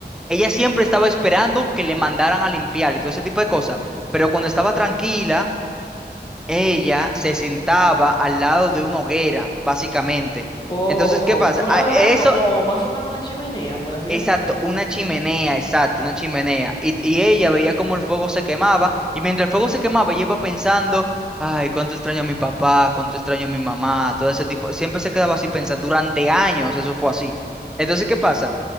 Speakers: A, in the centre; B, on the left.
A: ella siempre estaba esperando que le mandaran a limpiar y todo ese tipo de cosas. Pero cuando estaba tranquila, ella se sentaba al lado de una hoguera, básicamente.
B: Oh,
A: Entonces, ¿qué pasa?
B: una
A: A-
B: hoguera
A: Eso,
B: como más o menos una chimenea, por así decirlo.
A: Exacto, una chimenea, exacto, una chimenea. Y, y ella veía cómo el fuego se quemaba, y mientras el fuego se quemaba, ella iba pensando, ay, cuánto extraño a mi papá, cuánto extraño a mi mamá, todo ese tipo. Siempre se quedaba así pensando, durante años eso fue así. Entonces, ¿qué pasa?